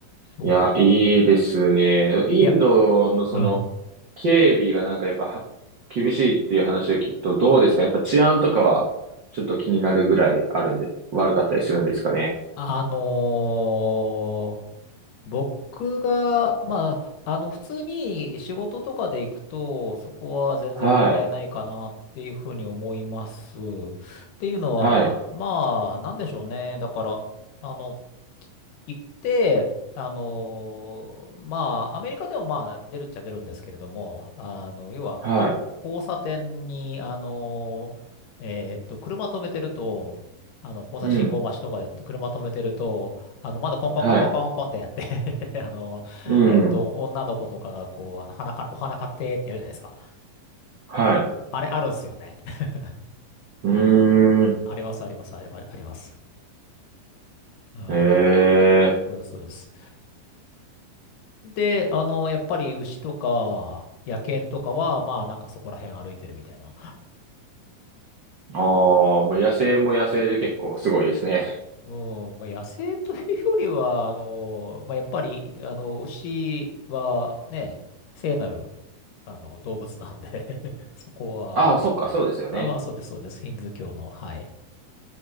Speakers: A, on the left (about 70°); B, on the right (about 70°).
A: そ
B: いや、いいですね。インドのその、
A: う。いやうん。
B: 警備がなんかやっぱは厳しいっていう話を聞くとどうですかやっぱ治安とかはちょっと気になるぐらいあるんで、悪かったりするんですかね
A: あのー、僕が、まあ、あの、普通に仕事とかで行くと、そこは全然問題ないかなっていうふうに思います。
B: はい、
A: っていうのは、
B: はい、
A: まあ、なんでしょうね。だから、あの、行って、あのーまあ、アメリカでもまあ、出るっちゃ出るんですけれども、あの、要は、
B: はい、
A: こう、交差点に、あのーえーっと、車止めてると、あの、交差信号待ちとかで車止めてると、
B: うん、
A: あの、窓コンコンコンコンコンコンってやって
B: はい、
A: <laughs> あの、
B: うん、
A: えっと、女の子とかがこう、あの、花か、お花買ってってやるじゃないですか。
B: はい、
A: あれあるんすよね。<laughs>
B: うーん、
A: あります、あります、ありますあります。うん。
B: ええ
A: そうです、そうです。で、あの、やっぱり牛とか、野犬とかは、まあ、なんかそこら辺歩いてるみたいな。
B: ああ、まあ、野生も野生で結構すごいですね。
A: うん、まあ、野生というよりは、あの、まあ、やっぱり、あの、牛はね、聖なる、あの、動物なんで <laughs> そこは、
B: ああ、
A: あの、
B: そっか、
A: はい。
B: そうですよね。
A: まあまあ、そうです、そうです。ヒンズー教の、はい。